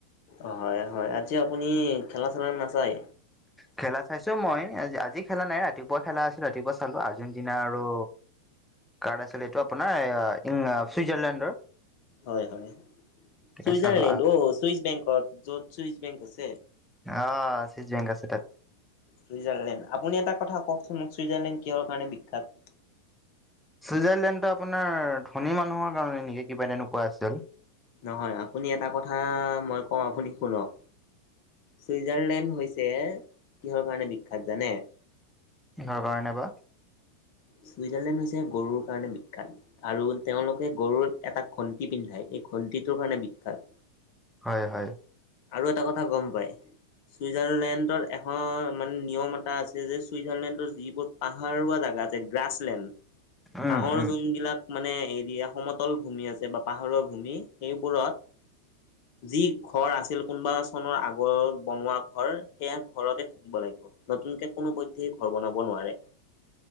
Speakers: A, on the left; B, in the centre.
A: অ হয় হয় আজি আপুনি খেলা চেলা নাচায়।
B: খেলা চাইছো মই আজি আজি খেলা নাই ৰাতিপুৱা খেলা আছিলো ৰাতিপুৱা চালো আৰ্জেণ্টিনা আৰু কাৰ আছিল এইটো আপোনাৰ আ ইন্না চুইজাৰলেণ্ডৰ।
A: হয় হয়
B: তাকে
A: চুইজাৰলেণ্ড
B: চালো
A: অ চুইচ বেংকত য'ত চুইচ বেংক আছে।
B: অ চুইজ বেংক আছে তাত।
A: চুইজাৰলেণ্ড আপুনি এটা কথা কওকচোন মোক চুইজাৰলেণ্ড কিহৰ কাৰণে বিখ্যাত।
B: চুইজাৰলেণ্ডটো আপোনাৰ ধনী মানুহৰ কাৰণে নিকি কিবা তেনেকুৱা আছিল।
A: নহয় আপুনি এটা কথা মই কওঁ আপুনি শুনক। ছুইজাৰলেণ্ড হৈছে কিহৰ কাৰণে বিখ্যাত জানে।
B: কিহৰ কাৰণে বা।
A: ছুইজাৰলেণ্ড হৈছে গৰুৰ কাৰণে বিখ্যাত। আৰু তেওঁলোকে গৰুক এটা ঘন্তি পিন্ধায়, এই ঘন্তিটোৰ কাৰণে বিখ্যাত।
B: হয় হয়।
A: আৰু এটা কথা গম পাই? ছুইজাৰলেণ্ডৰ এখন মানে নিয়ম এটা আছে যে, ছুইজাৰলেণ্ডৰ যিবোৰ পাহাৰুৱা জাগা যে গ্ৰাছলেণ্ড,
B: উম
A: ঘাঁহৰ
B: উম
A: যোনবিলাক মানে এৰিয়া সমতল ভূমি আছে, বা পাহাৰৰ ভূমি সেইবোৰত যি ঘৰ আছ আছিল, কোনোবা চনৰ আগত বনোৱা ঘৰ, সেইয়া ঘৰতে থাকিব লাগিব। নতুনকে কোনো পধ্যয় ঘৰ বনাব নোৱাৰে।